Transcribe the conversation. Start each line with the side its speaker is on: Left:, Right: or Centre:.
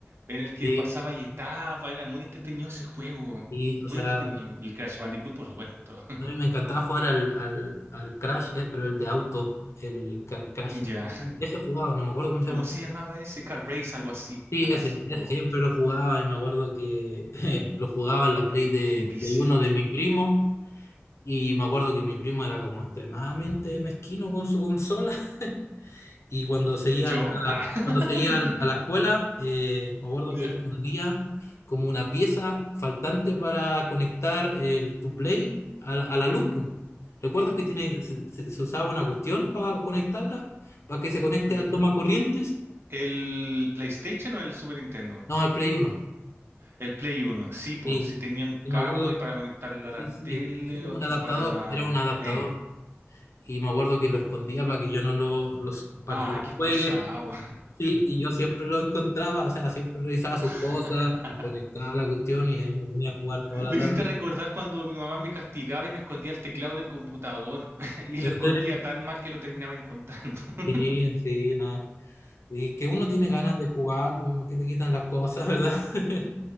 Right: en el que
Left: Sí,
Right: pasaba y etapa. Era muy entretenido ese juego.
Left: y o
Right: Muy
Left: sea,
Right: entretenido.
Left: a
Right: Y el Crash Bandicoot, por supuesto. <laughs>
Left: mí me encantaba jugar al, al, al Crash, eh, pero el de auto, el Ca- Crash.
Right: Ya.
Left: Ese jugaba, no me acuerdo cómo se
Right: ¿Cómo
Left: llama.
Right: se llamaba ese? Car Race, algo así.
Left: Sí,
Right: Algo
Left: ese,
Right: así.
Left: ese
Right: O
Left: siempre lo jugaba y me acuerdo que <laughs> lo jugaba en la Play de
Right: un vicio.
Left: Play uno de mi primo y me acuerdo que mi primo era como extremadamente mezquino con su consola <laughs> y cuando seguía
Right: ¿Yo?
Left: a la,
Right: Ah. <laughs>
Left: cuando seguía al- a la escuela eh, me acuerdo
Right: Ya.
Left: que escondía como una pieza faltante para conectar el, tu Play a, la a la luz. pu. ¿Recuerdas que tiene, se, se- se usaba una cuestión para conectarla? Para que se conecte
Right: Ujú.
Left: al toma corrientes.
Right: ¿El PlayStation o el Super Nintendo?
Left: No, al Play uno
Right: El Play Uno. sí, pues,
Left: Sí.
Right: sí tenía un
Left: Y
Right: cable
Left: me acuerdo,
Right: para conectarlo a la
Left: Sí, sí,
Right: tele,
Left: sí, fue como
Right: otro
Left: un adaptador,
Right: para la...
Left: era un adaptador.
Right: Eh.
Left: Y me acuerdo que lo escondía para que yo no lo, los, para
Right: Ah,
Left: que no
Right: qué pesado.
Left: juegue. Sí, y yo siempre lo encontraba, o sea, siempre revisaba sus
Right: <laughs>
Left: cosas y conectaba la cuestión y ahí me ponía a jugar toda la
Right: Me
Left: tarde.
Right: hiciste recordar cuando mi mamá me castigaba y me escondía el teclado del computador <laughs> y lo
Left: ¿En
Right: escondía
Left: serio?
Right: tan mal que lo terminaba encontrando. <laughs>
Left: Sí, sí, no. Y que uno tiene ganas de jugar, porque le quitan las cosas, ¿verdad? <laughs>